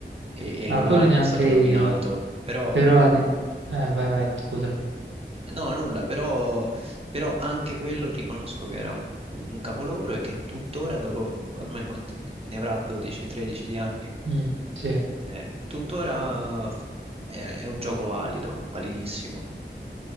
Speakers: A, on the right (about 30°); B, on the right (about 85°).
A: e, e
B: Ah,
A: l'online
B: quello neanche
A: è stato
B: io,
A: rovinato, però
B: però la... di- Eh, vai, vai, scusami.
A: No, nulla, però, però anche quello riconosco che era un, un capolavoro e che tuttora, dopo ormai quanti ne ne avrà 12-13 di anni,
B: Mm, sì.
A: eh, tuttora f- è, è un gioco valido, validissimo.